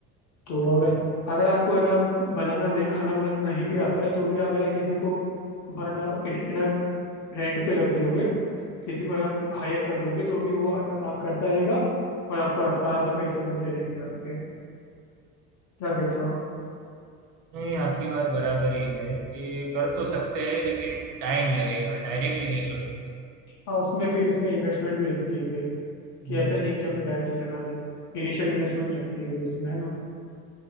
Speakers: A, on the left; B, on the right.
A: तो अगर अगर आपको है ना बनाना नहीं खाना बनाना नहीं भी आता है तो भी आप है ना किसी को बना है ना रेंट पे लग दोगे किसी को है ना हायर कर लोगे तो भी वो है ना काम करता रहेगा और आपको आस- आराम से पैसे बनते रहेंगे आपके क्या कहते हो आप
B: नहीं आपकी बात बराबर ही है कि कर तो सकते हैं लेकिन टाइम लगेगा डायरेक्टली नहीं कर सकते
A: हाँ उसमें फिर उसमें इन्वेस्टमेंट भी लगती है फिर
B: हम्म।
A: कि ऐसा नहीं कि हम लोग डायरेक्टली लगा दें इनिशियल इन्वेस्टमेंट लगती है फिर उसमें है ना